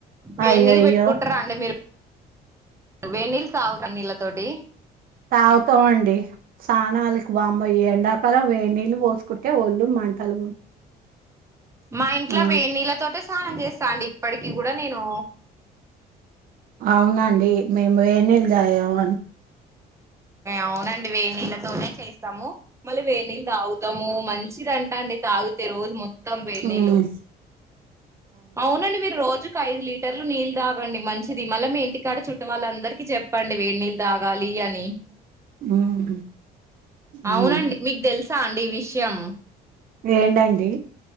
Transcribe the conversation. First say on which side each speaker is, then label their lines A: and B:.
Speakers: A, on the right; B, on the right.
A: వేడ్
B: అయ్యయ్యో
A: నీళ్ళు పెట్టుకుంటారా అండి మీరు వెనిల్లు తాగు నీళ్ల తోటి
B: తాగుతాండి స్నాలకి వామ్మో ఎండాకాలం వేనీళ్ళు పోసుకుంటే ఒళ్ళు మ మంటలు
A: మా ఇంట్లో
B: ఆ
A: వేనీళ్ల తోటే స్నానం చేస్తా అండి ఇప్పటికి కూడా నేను
B: అవునండి మేము ఏ నీళ్లు తాగాము
A: అవునండి వేనీళ్ళతోనే చేస్తాము మళ్ళీ వేడినీళ్లు తాగుతాము మంచిదంట అండి తాగితే రోజు మొత్తం వేనీళ్లు
B: ఉమ్
A: అవునండి మీరు రోజుకు ఐదు లీట్ టర్లు నీళ్ళ తాగండి మంచిది మళ్ళీ మీ ఇంటికాడ చుట్టూ వాళ్ళ అందరికిీ చెప్పండి వేడి నీళ్లు తాగాలి అని
B: ఉమ్ ఉమ్
A: అవునండి మీకు తెలుసు స ఈ విషయం
B: ఏంటండీ